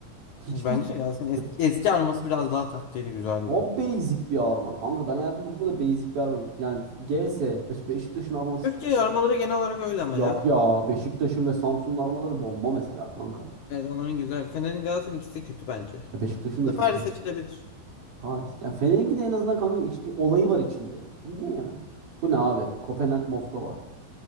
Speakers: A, on the right; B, on the left.
A: hiçbir
B: bence Galatasaray'ın eski,
A: e,
B: eski arması biraz daha tatlıydı güzeldi.
A: çok basic bir arma kanka. Ben hayatımda bu kadar basic bir arma. Yani GS. Mesela Beşiktaş'ın arması
B: Türkiye
A: çok...
B: armaları genel olarak öyle ama
A: Yok
B: ya.
A: ya. Beşiktaş'ın ve Samsun'un armaları bomba mesela kanka.
B: Evet onların güzel. Fener'in Galatasaray'ın ikisi kötü bence.
A: Ya Beşiktaş'ın da
B: De
A: çok
B: Paris
A: güzel.
B: seçilebilir.
A: Paris. Ya Fener'inki de en azından kanka iç bir olayı var içinde. Bu ne ya? Bu ne abi? Kopenhag Moskova.